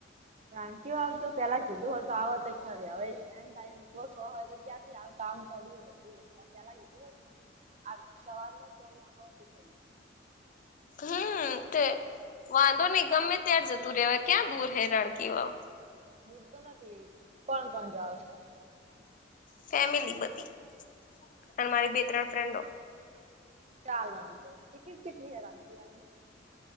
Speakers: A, on the right; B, on the left.
A: જાનકી વાવ તો પેલા કીધું હો તો આવ તો ખરે હવે ટમ હોય તો ક્યાંથી આવ કામ કર્યું બધું એટલા પેલા કીધું હો હત સવાર માં તો આ થય.
B: હમ તે વાંધો નહ ગમે ત્યાાર જતું રહેેવા ક્યાં દૂર હે રણકીવાવ
A: દૂરતો નથી કોણ કોણ જાાવશે.
B: ફેમિલી બધી અને મારી બે ત્રણ
A: હા
B: ફ્રેન્ડો.
A: ચાલ રાતો ટિકિટ કેટલી હ રાતીમને